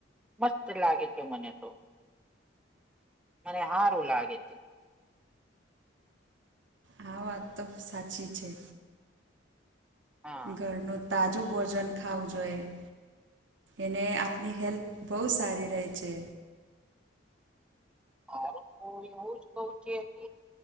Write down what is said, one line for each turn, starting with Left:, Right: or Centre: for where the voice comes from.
Centre: મસ્ત લાગે છે. મને તો, મને સારું લાગે છે.
Right: હા, વાત તો સાચી છે.
Centre: હા
Right: ઘરનો તાજું ભોજન ખાવું જોઈએ. એને આપની હેલ્થ બહુ સારી રહે છે.
Centre: મારું તો એવું જ કઉ છે કે